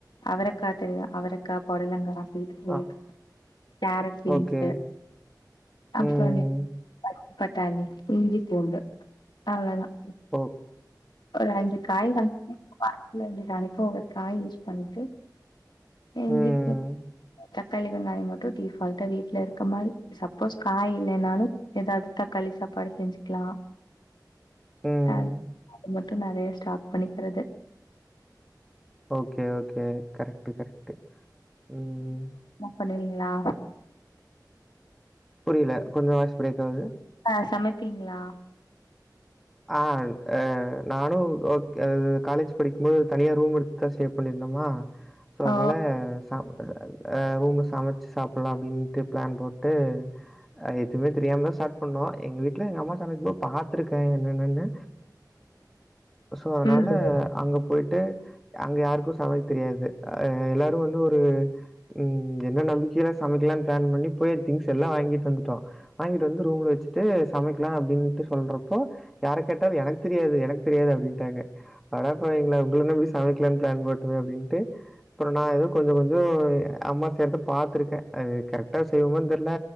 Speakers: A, on the left (about 85°); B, in the centre.
A: அவரக்கா தெரியும் அவரக்கா பொடலங்க <unintelligible>
B: ஆ
A: கேரட் பீன்ஸ்
B: ஓகே.
A: அப்ப
B: ம்.
A: சொன் பட்டானி இஞ்சி பூண்டு அவளதான்
B: ஒ
A: ஒரு அஞ்சு காய் <unintelligible> இல்ல அஞ்சு நாளைக்கு ஒவ்வொரு காய் யூஸ் பண்ணிட்டு இஞ்சி
B: உம்
A: பூ தக்காளி வெங்காயோ மட்டு டிஃபால்டா வீட்ல இருக்க மாரி சப்போஸ் காய் இல்லைன்னாலு ஏதாவது தக்காளி சாப்பாடு செஞ்சுக்கலா
B: ம்.
A: ஆஹ் <unintelligible> க்கு நெறைய ஸ்டாப் பண்ணிக்கிறது
B: ஓகே ஓகே கரெட்டு கரெட்டு உம்
A: பண்ணறீங்களா
B: இல்ல கொஞ்ச வாய்ஸ் பிரேக் ஆகுது
A: ஆஹ் சமைப்பீங்களா
B: ஆஹ் அஹ் நானு ஓ அ காலேஜ் படிக்கும்போது தனியா ரூம் எடுத்துதா ஸ்டே பண்ணிருந்தோமா சோ அதனால
A: ஓ
B: ச ஆ ஆ ரூம்ல சமைச்சு சாப்டலா அப்டின்ட்டு பிளான் போட்டு அ எதுவுமே தெரியாமதா ஸ்டார்ட் பண்ணோ எங்க வீட்ல எங்க அம்மா சமைக்கும்போ பாத்ருக்கே என்ன என்னன்னு சோ அதனால
A: ம்
B: அங்க போ போய்ட்டு அங்க யாருக்கு சமைக்க தெரியாது ஆ எல்லாரு வந்து ஒரு ம் என்ன நம்பிக்கையில சமைக்கலாம்னு பிளான் பண்ணி போய் திங்ஸ் எல்லாம் வாங்கிட்டு வந்துட்டோ வாங்கிட்டு வந்து ரூம்ல வச்சுட்டு சமைக்கலா அப்டின்ட்டு சொல்றப் போ யார கேட்டாலு எனக்கு தெரியாது எனக்கு தெரியாது அப்டின்ட்டாங்க அடப்பாவிங்களா உங்க நம்பி செ சமைக்கிலான் பிளான் போட்டமே அப்டின்னுட்டு அப்புறோ நா ஏதோ கொஞ்ச கொஞ்சோ து அம்மா செய்றத பாத்ருக்கே அது கரெக்டா செய்வோமானு தெர்ல